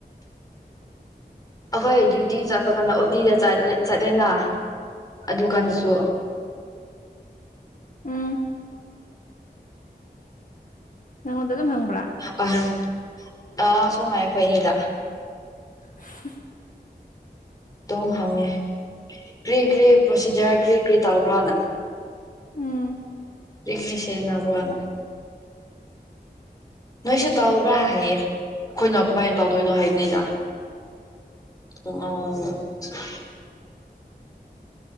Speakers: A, on the left; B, on the left.
A: ꯑꯩꯍꯣꯏ ꯗ꯭ꯌꯨꯇꯤ ꯆꯠꯄ ꯀꯥꯟꯗ ꯑꯣꯇꯤꯗ ꯆꯠꯂꯦꯅ ꯑꯗꯨ ꯀꯥꯟꯗꯁꯨ
B: ꯎꯝ ꯅꯪꯉꯣꯟꯗ ꯑꯗꯨꯝ ꯍꯪꯕ꯭ꯔꯥ
A: <unintelligible> ꯑꯥ ꯁꯣꯃꯥꯏ ꯑꯩꯈꯣꯏ ꯑꯅꯤꯗ
B: <inaudible>
A: ꯑꯗꯨꯝ ꯍꯪꯉꯦ ꯀ꯭ꯔꯤ ꯀ꯭ꯔꯤ ꯄ꯭ꯔꯣꯁꯤꯖꯔ ꯀ꯭ꯔꯤ ꯀ꯭ꯔꯤ ꯇꯧꯕ꯭ꯔꯥꯅ
B: ꯎꯝ
A: <unintelligible> ꯅꯥꯕ꯭ꯔꯅ ꯅꯣꯏꯁꯨ ꯇꯧꯕ꯭ꯔꯥ ꯍꯥꯏꯌꯦ ꯑꯩꯈꯣꯏꯅ ꯀꯃꯥꯏꯅ ꯇꯧꯗꯣꯏꯅꯣ ꯍꯥꯏꯕꯅꯤꯗ ꯑꯣꯝ <unintelligible>